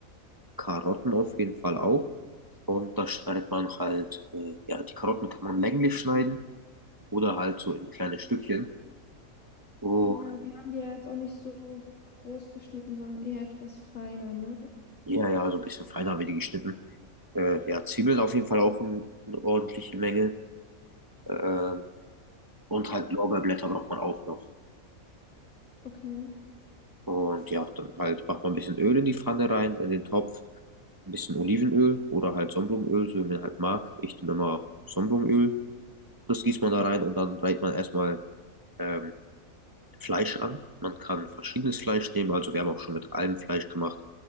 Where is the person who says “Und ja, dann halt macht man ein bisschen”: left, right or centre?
Right